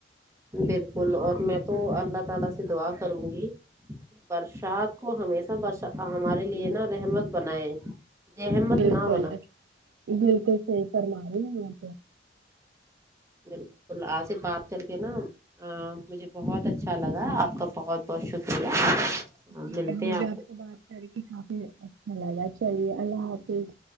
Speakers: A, on the right; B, on the right.
A: بلکل اور میں تو اللہ تعالی سے دعا کروں گی کہ برسات کو ہمیشہ بر ہمارے لیے نا رحمت بنائے احمت
B: بلکل
A: نہ بنا
B: بلکل صحیح فرما رہی آپ
A: بلکل آپ سے بات کر کے نا ہاں مجھے بہت اچھا لگا آپ کا بہت بہت شکریہ آ،
B: جی
A: ملتے
B: مجھے
A: ہیں
B: آپ
A: کو
B: سے بات کر کہ کافی اچھا لگا چلیے اللہ حافظ